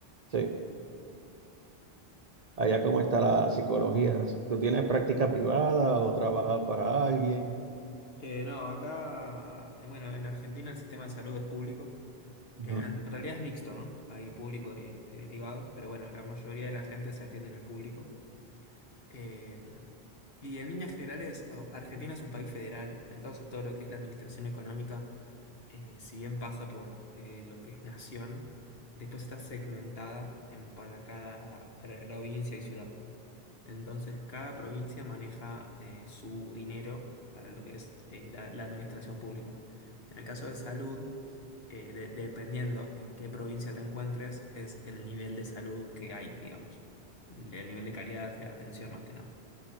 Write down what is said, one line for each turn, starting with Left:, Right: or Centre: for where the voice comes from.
Right: Sí. Allá
Left: Entiendo.
Right: cómo está la psicología. ¿Tú tienes práctica privada o trabajas para alguien?
Left: Eh, no, acá, eh, bueno, en Argentina el sistema de salud es público.
Right: Ujú.
Left: Eh, En, en realidad es mixto, ¿no? Hay público y eh, privado, pero bueno, la mayoría de la gente se atiende en el público. Eh, y en líneas generales, o- Argentina es un país federal, entonces todo lo que es la administración económica, eh, si bien pasa por eh, lo que es nación, después está segmentada en, para cada provincia y ciudad. Entonces, cada provincia maneja eh, su dinero para lo que es eh, la, la administración pública. En el caso de salud, eh, de- dependiendo en qué provincia te encuentres, es el nivel de salud que hay, digamos. El el nivel de calidad de atención más que nada.